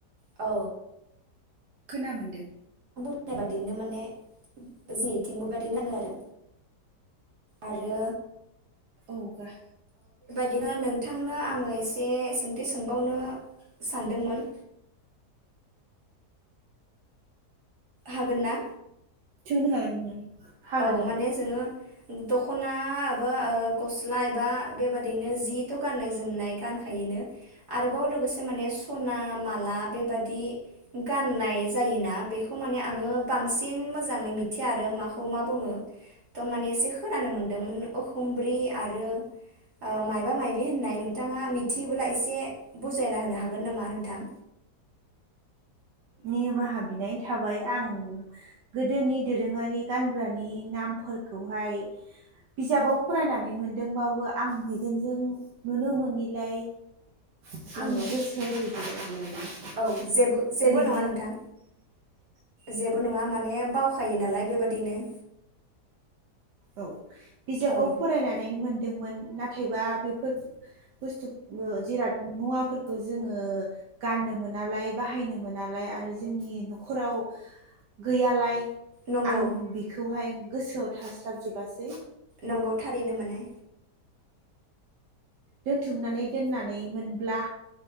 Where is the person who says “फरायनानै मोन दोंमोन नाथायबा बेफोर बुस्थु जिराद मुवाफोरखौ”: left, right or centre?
Right